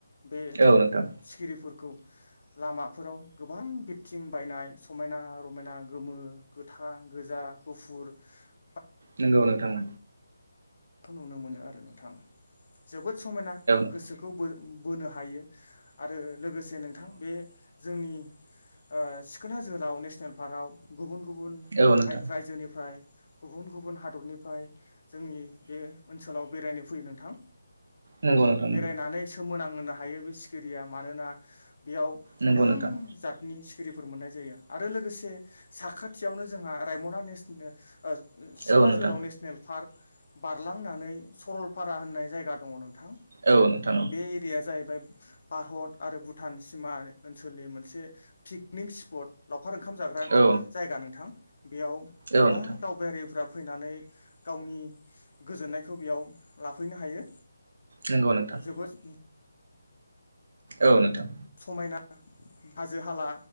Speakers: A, on the left; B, on the right.
A: बे
B: औ नोंथां
A: सिखिरिफोरखौ लामा बेफोराव गोबां बिरथिं बायनाय समायना रमायना गोमो गोथां गोजा गुफुर <unintelligible>
B: नंगौ नोंथां।
A: खौ नुनो मोनो आरो नोंथां जोबोद समायना
B: औ
A: गोसोखौ बो बोनो हायो आरो लोगोसे नोंथां बे जोंनि ओ सिखोना जोहोलाव नेसनेल पार्कआव गुबुन गुबुन
B: औ नोंथां
A: रायजोनिफ्राय गुबुन गुबुन हादरनिफ्राय जोंनि बे ओनसोलाव बेरायनो फैयो नोंथां।
B: नंगौ नोंथां
A: बेरायनानै सोमोनांहोनो हायो बे सिखिरिया मानोना बेयाव
B: नंगौ
A: गोबां
B: नंगौ नोंथां
A: जातनि सिखिरि फोर मोननाय जायो आरो लोगोसे साखाथियावनो जोंहा रायमना नेसनेल सिखोना
B: औ नोंथां
A: जोहोलाव नेसनेल पार्क बारलांनानै सरलपारा होननाय जायगा दङ नोंथां
B: औ नोंथां
A: बे एरिया जाहैबाय भारत आरो भुटान सिमा ओनसोलनि मोनसे पिकनिक स्पट लावखार ओंखाम जाग्रा
B: औ
A: जायगा नोंथां बेयाव
B: औ
A: गोबां
B: नोंथां
A: दावबायारिफ्रा फैनानै गावनि गोजोननायखौ बेयाव लाफैनो हायो।
B: नंगौ नोंथां
A: जोबोद
B: औ नोंथां।
A: समायना हाजो हाला